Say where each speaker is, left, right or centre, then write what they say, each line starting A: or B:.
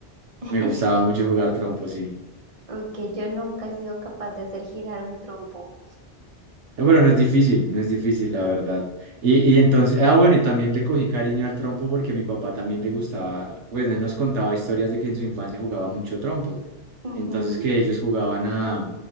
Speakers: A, on the right (about 30°); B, on the right (about 85°).
A: <laughs>
B: me gustaba mucho jugar trompo, sí.
A: Ok, yo nunca he sido capaz de hacer girar un trompo.
B: No, pero no es difícil, no es difícil, la verdad. Y, y entonces, ah, bueno, y también le cogí cariño al trompo porque a mi papá también le gustaba, pues él nos contaba historias de que en su infancia jugaba mucho trompo.
A: Ujú,
B: Entonces que ellos jugaban a,